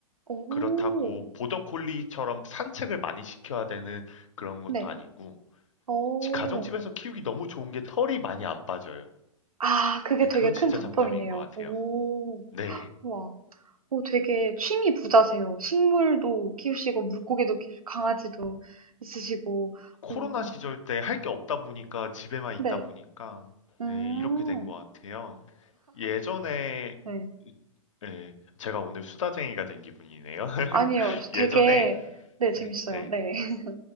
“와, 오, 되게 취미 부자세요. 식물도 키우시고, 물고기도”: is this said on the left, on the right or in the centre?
Right